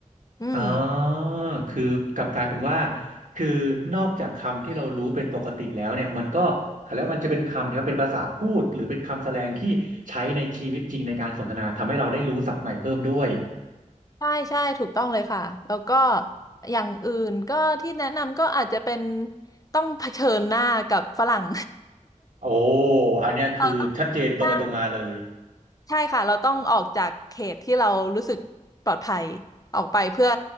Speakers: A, on the left (about 25°); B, on the right (about 75°).
A: อืม
B: อ่าคือกลับกลายเป็นว่าคือนอกจากคำที่เรารู้เป็นปกติแล้วเนี่ยมันก็แล้วมันจะเป็นคำที่ว่าเป็นภาษาพูดหรือเป็นคำแสดงที่ใช้ในชีวิตจริงในการสนทนาทำให้เราได้รู้ศัพท์ใหม่เพิ่มด้วย
A: ใช่ใช่ถูกต้องเลยค่ะแล้วก็อย่างอื่นก็ที่แนะนำก็อาจจะเป็นต้องเผชิญหน้ากับฝรั่ง
B: โอ้อันเนี้ยคือชัดเจนตรงไปตรงมาเลย
A: <laughs> เราต้องหน้า ใช่ค่ะเราต้องออกจากเขตที่เรารู้สึกปลอดภัยออกไปเพื่อ